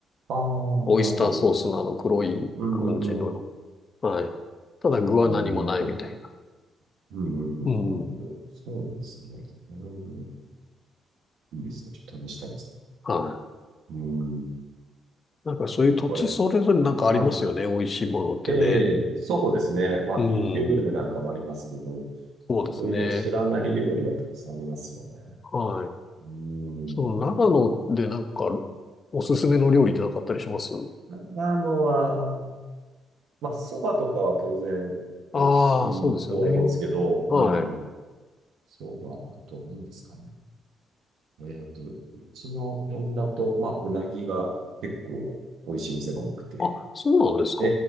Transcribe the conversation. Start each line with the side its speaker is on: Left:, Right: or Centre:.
Right: ああ、
Left: オイスターソースのあの黒い感じの。
Right: なるほど。うんうん
Left: はい。ただ具は何もないみたいな。
Right: うん。うーん。うんうんうん。
Left: うん。
Right: なるほど。そうなんですね。うーん。いいですね。ちょっと試したいですね。
Left: はい。
Right: うーん。
Left: なんかそういう土地それぞれなんかありますよね、
Right: 結構あれですね。はい。
Left: 美味しいものってね。
Right: ええ、そうですね。まあ、
Left: うん。
Right: B 級グルメなんかもありますけど、
Left: そうですね。
Right: いろいろ知らない料理はたくさんありますよね。
Left: はい。
Right: うーん。
Left: その長野でなんかおすすめの料理ってなかったりします
Right: 長野は、まあ、そばとかは当然美味しいとは思うんですけど、
Left: ああー、そうですよね。はい。
Right: うん。そばあと何ですかね。えっと、うちの辺だと、まあ、うなぎが結構美味しい店が多くて。
Left: あ、そうなんですか
Right: え